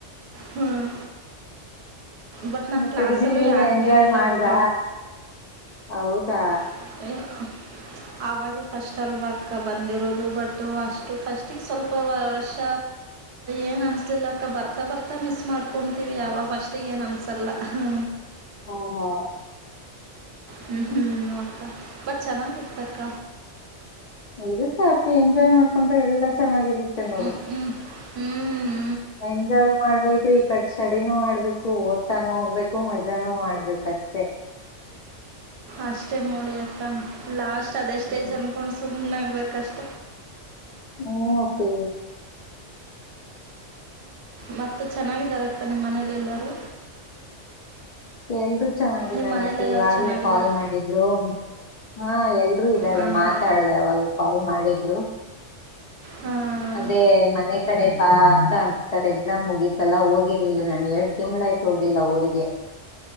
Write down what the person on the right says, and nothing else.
ಹ್ಮ್ ಬಟ್ ನನ್
ಕ್ಲಾಸ್ಲ
ಅಲ್ಲು ಯಾರಿಗ
ಹೇಳಿಲ್ಲ
ಅಕ್ಕ
<unintelligible>
ಆವಾಗೇ ಫಸ್ಟ್ ಅಲ್ವ ಅಕ್ಕ ಬಂದಿರೋದು ಬಟ್ ಅಷ್ಟು ಫಸ್ಟಿಗೆ ಸ್ವಲ್ಪ ವರ್ಷ ಏನ್ ಅನ್ಸ್ಲಿಲ್ಲ ಅಕ್ಕ ಬರ್ತಾ ಬರ್ತಾ ಮಿಸ್ ಮಾಡ್ಕೊತೀವಿ ಯಾವ ಫಸ್ಟಗ ಏನ್ ಅನ್ಸಲ್ಲ ಹ
ಹ್ಮ್ ಹ್ಮ್ ಕ್ಕ ಬಟ್ ಚೆನ್ನಾಗಿ ಇತ್ತಕ್ಕ
ಹ್ಮ್ ಹ್ಮ್ ಹ್ಮ್
ಅಷ್ಟೇ ನೋಡಿ ಅಕ್ಕ ಲಾಸ್ಟ್ ಅದೇ ಸ್ಟೇಜ್
ಅನ್ಕೊಂಡ್ ಸು ಹನ್ನಾಗಬೇಕೇ ಕಷ್ಟ
ಮತ್ತ ಚೆನ್ನಾಗಿದ್ದಾರೆ ಅಕ್ಕ ನಿಮ್ಮ್ ಮನೇಲಿ ಎಲ್ಲಾರು
ನಿಮ್ಮ ಮನೇಲಿ ಎಲ್ಲರೂ
ಚೆನ್ನಾಗಿದ್ದಾರೆ
ಹಾಂ
ಹಾಂ
ಹಾಂ